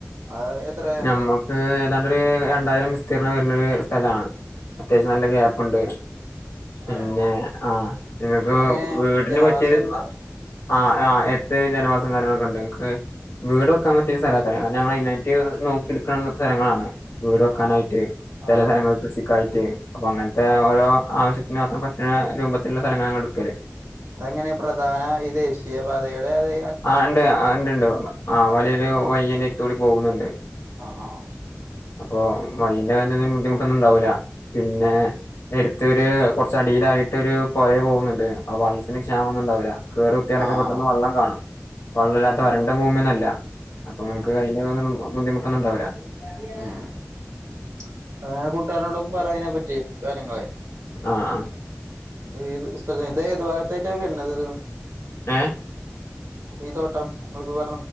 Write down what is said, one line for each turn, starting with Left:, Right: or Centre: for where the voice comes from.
Right: അത് എത്ര
Left: ഞമ്മക്ക് ഏതാണ്ട് ക്ക് രണ്ടായിരം വിസ്തീർണം വരുന്നൊരു സ്ഥലാണ്, അത്യാശ്യം നല്ല ഗ്യാപ്പ്ണ്ട് പിന്നെ
Right: ഏഹ്
Left: ആഹ് നിങ്ങക്ക്
Right: എങ്ങനെ
Left: വീടിന്
Right: ജനവാസള്ള
Left: പറ്റിയരു ആഹ് ആഹ് ഏഹ് ത്ത് ജനവാസം കാര്യങ്ങളൊക്ക്ണ്ട് ങ്ങക്ക് വീട് വെക്കാൻ പറ്റിയ സ്തലക്കാരം കാരണം ഞങ്ങളയിനായിറ്റ് നോക്കിട് ക്ക്ണ സ്ഥലങ്ങളാണ് വീട് വെക്കാനായിട്ട്,
Right: ആഹ്
Left: ചെല
Right: ആഹ്
Left: സലങ്ങള്
Right: ആഹ്
Left: കൃഷിക്കായിട്ട്, അപ്പൊ അങ്ങൻത്തെ
Right: ആഹ്
Left: ഓരോ ആവശ്യത്തിന് മാത്രം പറ്റ്ണ രൂപത്തിലുള്ള സെലങ്ങളാണ്
Right: ആഹ്
Left: എട്ക്കല്.
Right: അതെങ്ങനെ പ്രധാന ഈ ദേശീയപാതയുടെ അതേ
Left: ആഹ് ഇണ്ട് ആഹ് ഇണ്ട്ണ്ട് ആഹ് വലിയൊരു
Right: ഉം
Left: വയ്യിയയിൻ്റടുത്തൂടി പോകുന്നുണ്ട്
Right: ആഹ് ആഹ്
Left: അപ്പൊ വൈൻ്റാര്യത്തിൽ ബുദ്ധിമുട്ടൊന്നുംണ്ടാവൂല്ല പിന്നെ എടുത്തൊരു കുറച്ചടിയിലായിട്ടൊരു പൊഴ പോവുന്നുണ്ട് അവ ത്തിന് ക്ഷാമൊന്നുംണ്ടാവൂല്ല കേറുത്തിയാലൊക്കെ
Right: ആഹ്
Left: പെട്ടെന്ന്
Right: ആഹ്
Left: വള്ളം കാണും വള്ളല്ലാത്ത
Right: ഉം
Left: വരണ്ട ഭൂമി ന്നൊല്ല. അപ്പൊ ഇങ്ങ്ക്ക്
Right: ഉം
Left: അയ്നു വോറെന്ന് ബുദ്ദിമുട്ടൊന്നുണ്ടാവൂല.
Right: ഉം ഏഹ് കൂട്ടാരനോടും പറയ്ന പറ്റി കാര്യങ്ങള്
Left: ആഹ് ആഹ്
Right: ഇത് തി ഇത് ഏത് ഭാഗത്തായിട്ടാണ് വര്ണത് ത്
Left: ഏഹ്
Right: ഈ തോട്ടം ഇങ്ങൾപ്പോ പറ